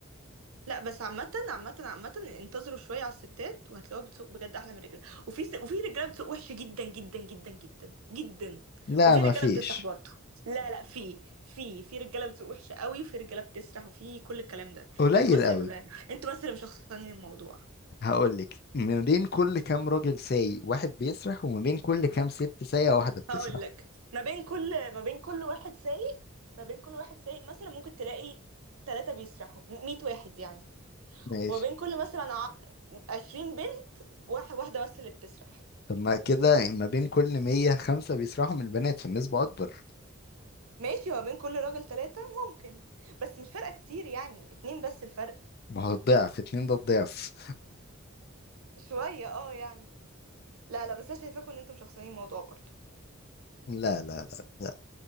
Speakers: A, on the right; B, on the left.
A: لا بس عامة عامة عامة انتظروا شوية على الستات وهتلاقوها بتسوق بجد أحلى من الرجالة وفي س... وفي رجالة بتسوق وحش جدا جدا جدا جدا جدا
B: لا
A: وفي
B: مفيش
A: رجالة بتسرح برضه لا لا في في في رجالة بتسوق وحش قوي وفي رجالة بتسرح وفي كل الكلام ده
B: قليل
A: انتوا بس
B: أوي
A: اللي انتوا بس اللي مشخصنين الموضوع
B: هقولك ما بين كل كام راجل سايق واحد بيسرح وما بين كل كام ست سايقة واحدة بتسرح
A: هقول لك ما بين كل ما بين كل واحد سايق ما بين كل واحد سايق مثلا ممكن تلاقي ثلاثة بيسرحوا 100 واحد يعني
B: ماشي
A: وما بين كل مثلا ع- 20 بنت واحد واحدة بس اللي بتسرح
B: طب ما كده ما بين كل مية خمسة بيسرحوا من البنات فالنسبة أكبر
A: ماشي ما بين كل راجل تلاتة ممكن بس مش فارقة كتير يعني اتنين بس الفرق
B: ما هو الضعف اتنين ده الضعف
A: شوية اه يعني لا لا بس انا شايفاكم ان انتم مشخصنين الموضوع برضه
B: لا لا لا